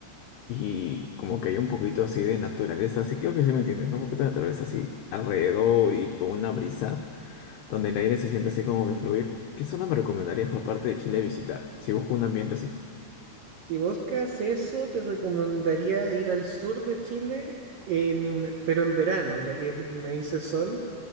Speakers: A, on the left; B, on the right.
A: y como que hay un poquito así de naturaleza, así creo que sí me entiendes, ¿no? Un poquito de naturaleza así alrededor y con una brisa donde el aire se siente así como que fluir. ¿Qué zona me recomendarías por parte de Chile visitar si busco un ambiente así?
B: Si buscas eso, te recomendaría ir al sur de Chile, en, pero en verano, ya que me dice sol.